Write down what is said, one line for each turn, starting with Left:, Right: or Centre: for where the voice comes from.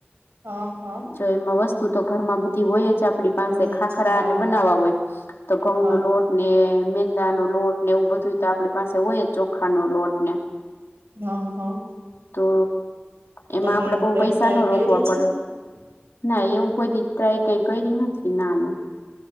Right: હા હા.
Left: તો એમાં વસ્તુ તો ઘરમાં બધી હોય જ આપ આપડી પાસે
Right: હોય
Left: ખાખરાને
Right: જ હા
Left: બનાવવા
Right: હા
Left: હોય તો ઘઉં
Right: હા
Left: નો લોટ ને મેંદાનો લોટ ને એવું બધુંય તો આપડી પાસે હોય ચોખાનો લોટ ને.
Right: હા હા.
Left: તો એમાં
Right: તમે
Left: આપડે
Right: એવું
Left: બઉ
Right: કઈ
Left: પૈસા
Right: ટ્રાય
Left: ન
Right: કરી
Left: રોકવા પડે.
Right: છે?
Left: ના એવું કોઈ દી ટ્રાય કઈ કયરી નથી ના ના